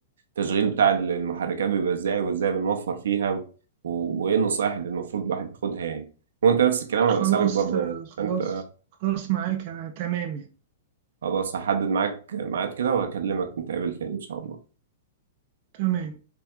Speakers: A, on the right (about 80°); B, on the right (about 40°).
A: التشغيل بتاع المحركات بيبقى ازاي وازاي بنوفر فيها و... و... وايه النصائح اللي المفروض الواحد ياخدها يعني وانت نفس الكلام هبقى
B: خلاص
A: اسالك برضو
B: آه،
A: يعني
B: خلاص
A: فانت
B: خلاص معاك أنا تمام يعني.
A: خلاص هحدد معاك ميعاد كده وهكلمك نتقابل تاني ان شاء الله
B: تمام